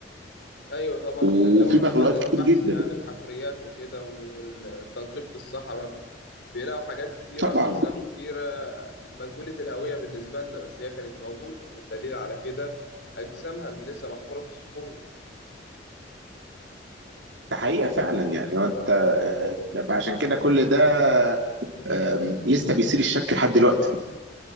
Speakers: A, on the left; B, on the right.
A: ايوه طبعا
B: وفي
A: اللي هو طبعا
B: مخلوقات
A: البحث
B: كتير جدا
A: يعني الحفريات وكده والتنقيب في الصحراء بيلاقوا حاجات كتيرة
B: طبعا
A: وأجسام كتيرة مجهولة الهوية بالنسبة لنا بس هي كانت موجودة والدليل على كده أجسامها اللي لسه محفورة في الصخور
B: ده حقيقة فعلا يعني وانت آه، عشان كده كل ده آه، لسه بيثير الشك لحد دلوقتي